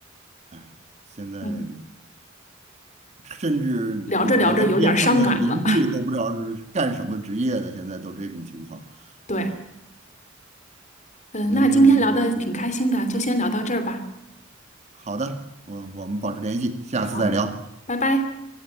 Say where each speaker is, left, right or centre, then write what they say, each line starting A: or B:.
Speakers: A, on the right (about 35°); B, on the left (about 35°).
A: 哎，现在
B: 嗯，
A: 甚至连我连边上的邻居都不知道是干什么职业的，
B: 聊着聊着有点儿伤感了。<laughs>
A: 现在都这种情况，
B: 对，
A: 哎，
B: 嗯，
A: 人和人的这个，
B: 那今天聊的挺开心的，就先聊到这儿吧。
A: 好的，我我们保持联系，下次再聊。
B: 好，拜拜。